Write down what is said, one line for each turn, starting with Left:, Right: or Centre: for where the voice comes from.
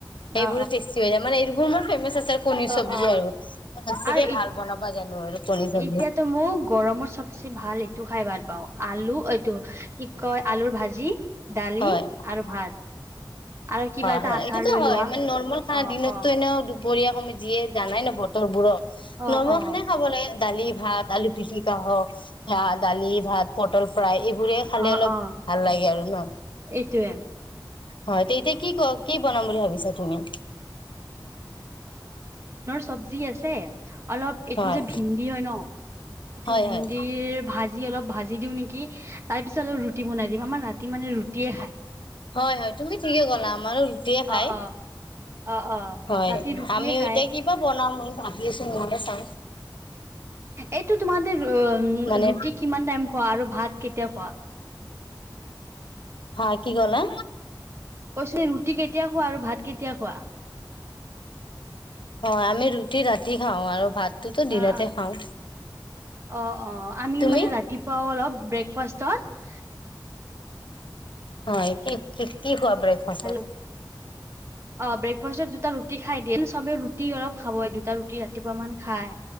Left: সেইবোৰো
Right: অ
Left: টেষ্টি হৈ যায়, মানে এইবোৰ মোৰ ফেমাচ আছে আৰু কণী
Right: অ অ
Left: চব্জি
Right: অ
Left: আৰু। মই বেছিকে
Right: আৰু এতিয়াতো
Left: ভাল বনাব জানো আৰু কণী চব্জি
Right: মোক গৰমত চবচে ভাল এইটো খাই ভাল পাওঁ আলু এইটো কি কয় আলুৰ ভাজি দালি
Left: হয়
Right: আৰু ভাত। আৰু কিবা
Left: হয়
Right: এটা
Left: হয়,
Right: আচাৰ
Left: এইটোতো
Right: লৈ
Left: হয়
Right: লোৱা
Left: মানে নৰ্মেল খানা
Right: অ
Left: দিনতো
Right: অ
Left: এনেও দুপ পৰীয়া সমেত যিয়ে জানাই নো বতৰবোৰক
Right: অ
Left: নৰ্মেল
Right: অ
Left: খনাই খাব লাগে দালি ভাত, আলু পিটিকাহক, দালি ভাত, পটল ফ্ৰাই এইবোৰে খালে
Right: অ
Left: অলপ
Right: অ
Left: ভাল লাগে আৰু ন'।
Right: এইটোয়ে
Left: হয়, এতিয়া কি ক কি বনাম বুলি ভাবিছা তুমি?
Right: ছবযি আছে, অলপ এইটো
Left: হয়
Right: যে ভিনডি হয় ন' এইটো
Left: হয়
Right: ভিনডিৰ
Left: হয়
Right: ভাজি অলপ ভাজি দিওঁ নেকি তাৰ পিছত অলপ ৰুটি বনাই দিম, আমাৰ ৰাতি মানে ৰুটিয়ে খাই।
Left: হয় হয় তুমি ঠিকে ক'লা আমাৰো ৰুটিয়ে খাই।
Right: অ অ অ অ
Left: হয়
Right: ৰাতি ৰুটিয়ে
Left: আমি
Right: খায়
Left: এতিয়া কিবা বনাম বুলি ভাবি আছো। <unintelligible> চাই
Right: এইটো তোমাৰতে ৰুটি
Left: মানে
Right: কিমান টাইম খোৱা, আৰু ভাত কেতিয়া খোৱা।
Left: হয় কি ক'লা।
Right: কৈছো ৰুটি কেতিয়া খোৱা আৰু ভাত কেতিয়া খোৱা?
Left: হয় আমি ৰুটি ৰাতি খাওঁ আৰু ভাতটোতো দিনতে
Right: অ',
Left: খাওঁ।
Right: অ', অ', আমি
Left: তুমি?
Right: মানে ৰাতিপুৱাও অলপ ব্ৰেকফাষ্টত
Left: হয় কি কি কি খোৱা ব্ৰেকফাষ্টত?
Right: হেল্ল' অ' ব্ৰেকফাষ্টত দুটা ৰুটি খাই দিন চবে ৰুটি অলপ খাব দুটা ৰুটি ৰাতিপুৱা মান খায়,